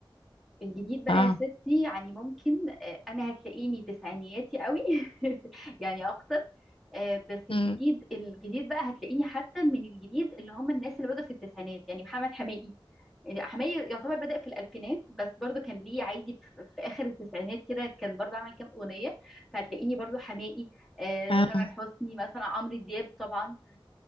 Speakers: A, in the centre; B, on the left.
A: الجديد بقى
B: اه
A: يا ستي يعني ممكن آه، أنا هتلاقيني تسعينياتي قوي <laughs> يعني أكتر آه، بس الجديد
B: مم.
A: الجديد بقى هتلاقيني حتى من الجديد اللي هم الناس اللي بدأوا في التسعينات يعني محمد حماقي يعني حماقي يعتبر بدأ في الألفينات بس برضو كان ليه عادي في, في آخر التسعينات كده كان برضو عمل كام أغنية فهتلاقيني برضو حماقي آه،
B: اه
A: تامر حسني مثلا عمرو دياب طبعا